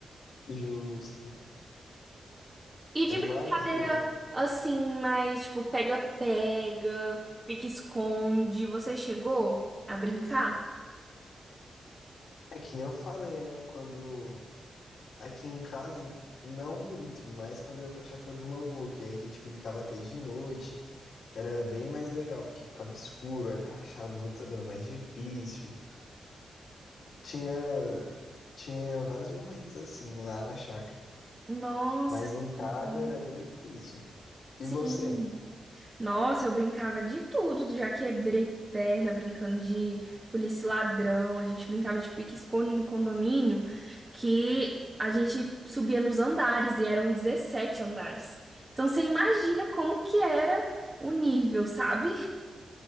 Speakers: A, on the left; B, on the right.
A: justo.
B: E de
A: Eu imagino.
B: brincadeira assim, mais tipo pega-pega, pique-esconde, você chegou a brincar?
A: É que nem eu falei, né? Quando aqui em casa, não muito, mas quando eu ia pra chácara do meu avô, que aí a gente brincava até de noite, era bem mais legal, porque ficava escuro, aí pra achar a luz era mais difícil. Tinha, tinha vários momentos assim lá na chácara,
B: Nossa,
A: mas
B: que
A: em casa
B: legal.
A: era bem difícil. E
B: Sim.
A: você?
B: Nossa, eu brincava de tudo. Já quebrei perna brincando de polícia e ladrão. A gente brincava de pique-esconde no condomínio, que a gente subia nos andares e eram 17 andares. Então você imagina como que era o nível, sabe?